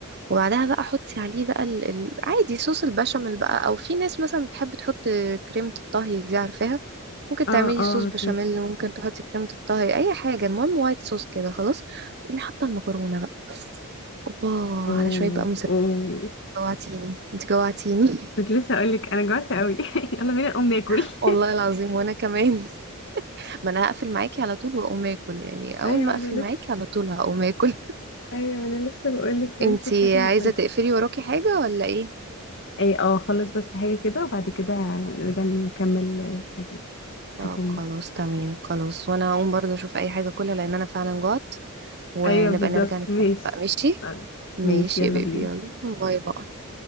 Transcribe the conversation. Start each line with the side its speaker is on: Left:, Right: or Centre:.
Right: وبعدها بقى حطي عليه بقى ال... ال... عادي صوص البشاميل بقى او في ناس مثلا بتحب تحط كريمة الطهي دي عارفاها ممكن
Left: اه
Right: تعملي
Left: اه
Right: صوص
Left: عارفه
Right: بشاميل ممكن تحطي كريمة الطهي اي حاجة المهم وايت صوص كده خلاص تقومي حاطة المكرونة بقى اوبا
Left: اوه
Right: على شوية بقى موزاريلا
Left: اوه
Right: جوعتيني انت جوعتيني
Left: كنت لسه اقولك انا جوعت قوي <laughs> يلا بينا نقوم ناكل
Right: <laughs>
Left: <laughs>
Right: والله العظيم وانا كمان ما انا هقفل معاكي على طول واقوم اكل يعني
Left: ايوه
Right: اول ما اقفل
Left: انا لسه
Right: معاكي على طول هقوم اكل <laughs>
Left: ايوه انا لسه بقول لك تعالي
Right: انتي
Left: نشوف حاجه ناكلها
Right: عايزه تقفلي وراكي حاجه ولا ايه
Left: اي اه خلص بس حاجه كده وبعد كده نرجع نكمل آه، حاجه
Right: طب
Left: حاجه ونوم.
Right: خلاص تمام خلاص وانا هقوم برضه اشوف اي حاجه اكلها لان انا فعلا جوعت ونبقى
Left: ايوه بالظبط
Right: نرجع نتكلم
Left: ماشي
Right: بقى ماشي
Left: طيب.
Right: ماشي
Left: ماشي يلا
Right: يا بيبي
Left: بينا
Right: يلا باي باي